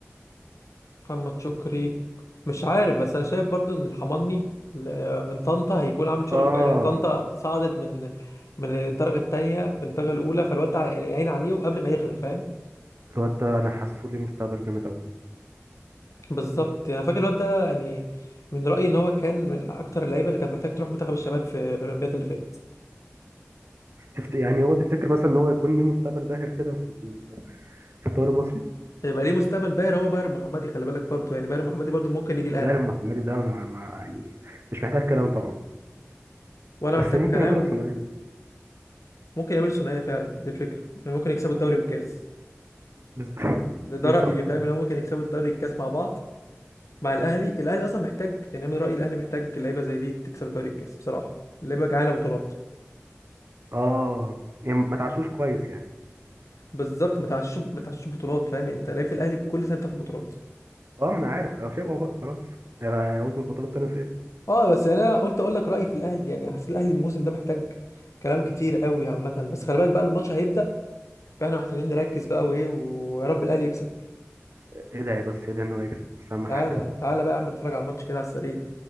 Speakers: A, on the left (about 85°); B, on the right (about 55°).
A: محمد شكري مش عارف بس انا شايف برضو ان الحماني ل- من طنطا هيكون عامل شغل
B: اه
A: كويس يعني طنطا صعدت من من الدرجه الثانيه للدرجه الاولى فالواد ده عين عليه وقبل ما يغلى فاهم
B: الواد ده انا حاسه لي مستقبل جامد قوي
A: بالظبط يعني فاكر الواد ده يعني من رايي ان هو كان من اكتر اللعيبه اللي كانت محتاج تروح منتخب الشباب في الاولمبياد اللي فاتت
B: تفت... يعني هو تفتكر مثلا ان هو يكون ليه مستقبل باهر كده في ال- في الدوري المصري
A: هيبقى ليه مستقبل باهر هو باهر محمدي خلي بالك برضو يعني باهر محمدي برضو ممكن يجي الاهلي
B: باهر محمدي ده مع... مع يعني مش محتاج كلام طبعا
A: ولا
B: بس
A: محتاج
B: ممكن
A: كلام
B: يعملها في ثنائيه
A: ممكن يعملوا ثنائيه فعلا دي الفكره يعني ممكن يكسبوا الدوري والكاس
B: بز... <laughs>
A: ده, ده
B: بالظبط
A: رايي فاهم
B: اه
A: ان هو ممكن يكسبوا الدوري والكاس مع بعض مع الاهلي الاهلي اصلا محتاج يعني أنا من رايي الاهلي محتاج لعيبه زي دي تكسب دوري الكاس بصراحه لعيبه جعانه بطولات
B: اه يعني ما تعشوش كويس يعني
A: بالظبط ما تعشش ما تعشش بطولات فاهم يعني انت لعيبه الاهلي كل سنه بتاخد بطولات
B: اه ما انا عارف اه شبعوا بقى خلاص هيعوزوا البطولات تاني في ايه
A: اه بس يعني انا قلت اقول لك رايي في الاهلي يعني حاسس الاهلي الموسم ده محتاج كلام كتير قوي عامه بس خلي بالك بقى الماتش هيبدا فاحنا محتاجين نركز بقى وايه ويا رب الاهلي يكسب
B: إيه، ادعي بس ادعي ان هو يكسب بس اهم
A: تعالى
B: حاجه
A: تعالى بقى يا عم نتفرج على الماتش كده على السريع